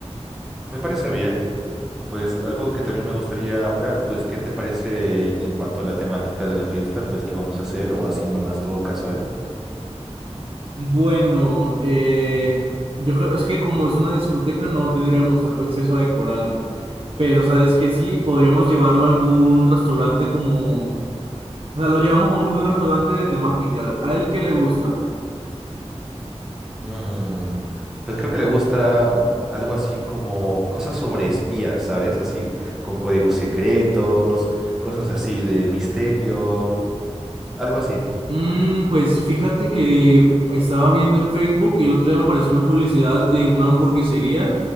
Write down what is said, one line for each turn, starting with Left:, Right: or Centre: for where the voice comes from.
Centre: Me parece bien. Pues algo que también me gustaría hablar, pues ¿qué te parece en cuanto a la temática de la fiesta? Pues qué vamos a hacer o así nomás todo casual.
Right: Bueno, eh, yo creo, es que como es una discoteca no tendríamos tanto acceso a decorarlo, pero sabes que sí, podríamos llevarlo a algún restaurante como, o sea, lo llevamos a algún restaurante de temática, a él que le gusta.
Centre: Mm, pues creo que le gusta mm, algo así como cosas sobre espías, ¿sabes? Así con códigos secretos, cosas así de misterio, algo así.
Right: Mm, pues fíjate que estaba viendo en Facebook y el otro día me apareció una publicidad de una hamburguesería